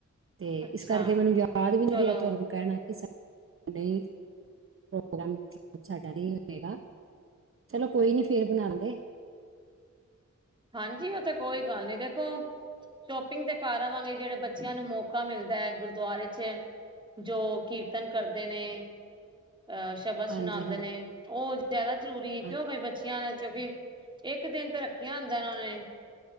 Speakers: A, on the right (about 45°); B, on the right (about 15°).
A: ਤੇ
B: ਅੱਛਾ
A: ਇਸ ਕਰਕੇ, ਮੈਨੂੰ ਯਾਦ ਵੀ, ਨੀ
B: ਚਲੋ
A: ਰਿਹਾ। ਤੁਹਾਨੂੰ ਕਹਿਣਾ। ਕਿ ਨਹੀਂ, ਪ੍ਰੋਗਰਾਮ ਸਾਡਾ, ਨਹੀਂ ਹੋਏਗਾ। ਚਲੋ ਕੋਈ ਨੀ, ਫੇਰ ਬਣਾ ਲਾਂਗੇ।
B: ਹਾਂਜੀ। ਉਹ ਤੇ, ਕੋਈ ਗੱਲ ਨੀ। ਦੇਖੋ ਸ਼ੋਪਿੰਗ ਤੇ ਕਾਰ ਆਵਾਂਗੇ। ਜਿਹੜੇ ਬੱਚਿਆਂ ਨੂੰ, ਮੌਕਾ ਮਿਲਦਾ ਹੈ। ਗੁਰਦੁਆਰੇ ਚ ਜੋ, ਕੀਰਤਨ ਕਰਦੇ ਨੇ। ਅਹ ਸ਼ਬਦ ਸੁਣਾਉਂਦੇ
A: ਹਾਂਜੀ ਹਾਂਜੀ
B: ਨੇ। ਉਹ ਜ਼ਿਆਦਾ ਜ਼ਰੂਰੀ ਏ।
A: ਹਾਂਜੀ
B: ਕਿਉਂ ਬਈ, ਬੱਚੀਆਂ ਕਿਉਂਕਿ ਇੱਕ ਦਿਨ ਤੇ। ਰੱਖੇ ਆ ਉਂਦਾ ਉਹਨਾਂ ਨੇ।